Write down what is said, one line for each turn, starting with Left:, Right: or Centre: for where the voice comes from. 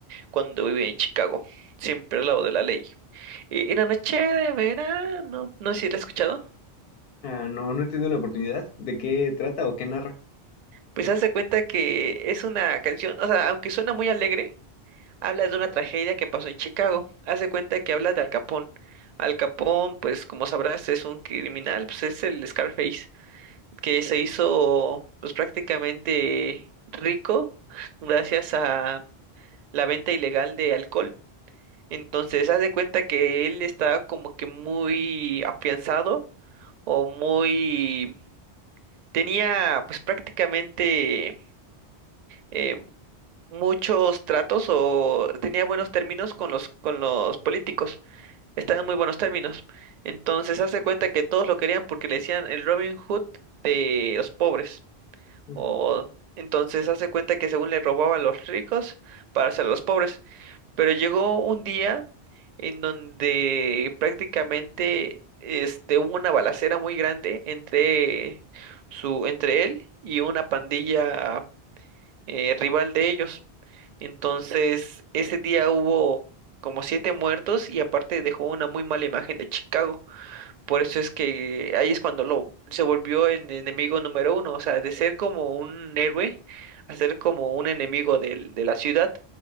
Right: cuando vivía en Chicago, siempre al lado de la ley. E- Era noche de verano, no no sé si la has escuchado.
Left: Ah, no, no he tenido la oportunidad. ¿De qué trata o qué narra?
Right: Pues hazte cuenta que es una canción, o sea, aunque suena muy alegre, habla de una tragedia que pasó en Chicago. Hace cuenta que habla de Al Capón. Al Capón, pues como sabrás, es un criminal, pues es el Scarface, que se hizo pues prácticamente rico gracias a la venta ilegal de alcohol. Entonces, haz de cuenta que él está como que muy afianzado o muy tenía pues prácticamente eh, muchos tratos o tenía buenos términos con los con los políticos, estaban en muy buenos términos. Entonces hace cuenta que todos lo querían porque le decían el Robin Hood de los pobres.
Left: Ujú.
Right: O entonces hace cuenta que según le robaba a los ricos para hacer a los pobres. Pero llegó un día en donde prácticamente este hubo una balacera muy grande entre su entre él y una pandilla eh, rival de ellos. Entonces, ese día hubo como siete muertos y aparte dejó una muy mala imagen de Chicago. Por eso es que ahí es cuando lo se volvió el enemigo número uno, o sea, de ser como un héroe a ser como un enemigo del- de la ciudad.